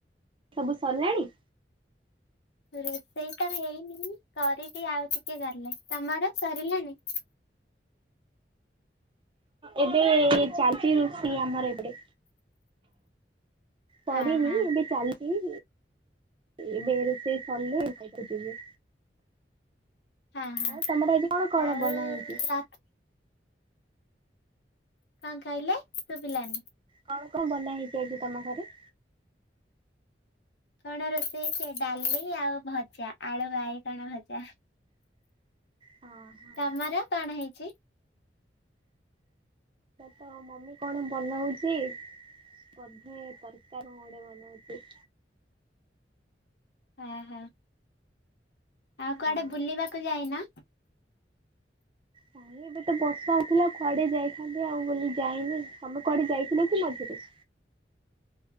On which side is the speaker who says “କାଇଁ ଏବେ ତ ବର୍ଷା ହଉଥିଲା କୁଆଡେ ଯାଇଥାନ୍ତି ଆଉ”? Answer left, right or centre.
Right